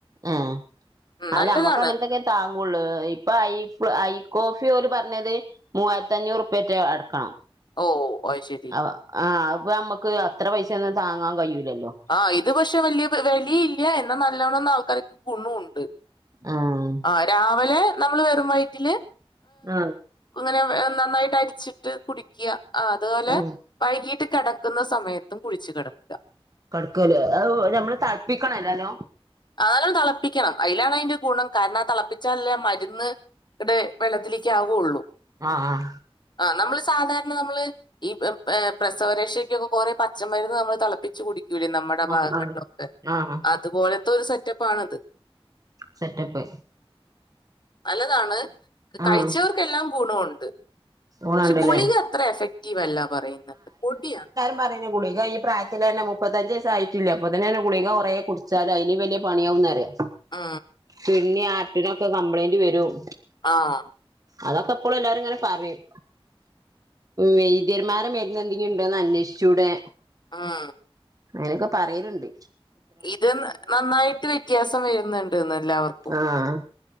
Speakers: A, on the right; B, on the left.
A: ആ
B: ഉം,
A: അല്ല
B: നല്ലതാണ്
A: അമ്മക്ക് അങ്ങനത്തൊക്കെ താങ്ങൂുള്ളൂ ഇപ്പൊ ഐ ഫ ഐ കോഫി ഓല് പറഞ്ഞത് മൂവായിരത്തി അഞ്ഞൂറ്ുപറ്റ അടുക്കണം
B: ഓഓ ശരി
A: അഹ് ആഹ് അപ്പൊ നമക്ക് അത്ര പൈസ ഒന്നും താങ്ങാൻ കഴിയൂലല്ലോ
B: ആഹ് ഇത് പക്ഷെ വല്യ വെലില്ല എന്നാ നല്ലോണംന്ന ആൾക്കാർക്ക് ഗുണുണ്ട്
A: ആഹ
B: ആ രാവിലെ നമ്മള് വെറും വയ്റ്റില്
A: ആഹ്
B: ങ്ങനെ നന്നായിട്ട് അരിച്ചിട്ട് കുടിക്കുക ആ തുപോലെ
A: ആഹ്
B: വൈകീട്ട് കെടക്കുന്ന സമയത്തും കുളിച്ചു കെടക്കുക
A: കിടക്കൂലെ അഹ് നമ്മള് തളപ്പിക്കണല്ലെല്ലോം
B: ആ നല്ലോണം തിളപ്പിക്കണം അതിലാണ് അതിന്റെ ഗുണം കാരണം ആ തിളപ്പിച്ചാലല്ലേ അ മര്ന്ന് ട് വെള്ളത്തിലേക്ക് ആകുള്ളൂ
A: ആ ആ
B: ആ നമ്മള് സാധാരണ നമ്മള് ഈ പ്രസവരക്ഷയ്ക്കൊക്കെ കൊറെേ പച്ചമരുന്ന് നമ്മൾ തളപ്പിച്ച് കുടിക്കൂലെ നമ്മുടെ
A: ആഹ്
B: ഭാഗങ്ങളിലൊക്കെ
A: ആഹ് ആഹ്
B: അതുപോലത്തെരു സെറ്റപ്പാണത്
A: സെറ്റപ്പ്
B: നല്ലതാണ് കഴിച്ചവർക്കെല്ലാം
A: ആഹ്
B: ഗുണോണ്ട്
A: ഊണണ്ടല്ലേ
B: പക്ഷെ ഗുളിക അത്ര എഫക്റ്റീവല്ല പറയുന്നത് പൊടിയാണ്
A: ഈ പറഞ്ഞ ഗുളിക പ്രായത്തിലത്തിലെന്നെ മുപ്പത്തഞ്ചു വയസ്സായിറ്റില്ല ആയിട്ടില്ല അപ്പൊത്തിനന്നെ ഗളിക കുറെേ കുടിച്ചാല് അതിന് വല്യ പണിയാവുന്നറിയാ
B: ആ
A: കിഡ്നി ആർട്ടിനൊക്കെ കംപ്ലൈന്റ് വെരും
B: ആഹാ
A: അതൊക്കെ എപ്പോഴും എല്ലാരുങ്ങനെ പറയും വൈദ്യര് വാര മരുന്ന് എന്തെങ്കി ണ്ടോന്ന് അന്വേഷിച്ചൂടെ
B: ആഹ
A: അയിനൊക്കെ പറിണ് ണ്ട്
B: ഇത് നന്നായിട്ട് വിത്യാസം വര്ന്ന്ണ്ട്ന്ന് എല്ലാവർക്കും
A: ആഹ്